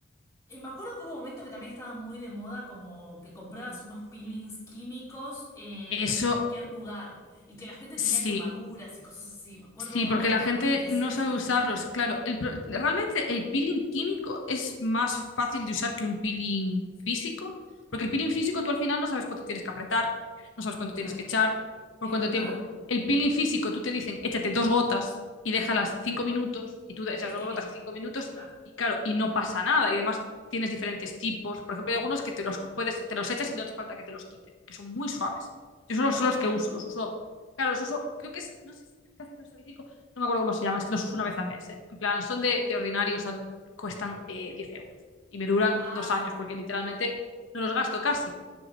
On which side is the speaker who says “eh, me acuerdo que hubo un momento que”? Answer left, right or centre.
Left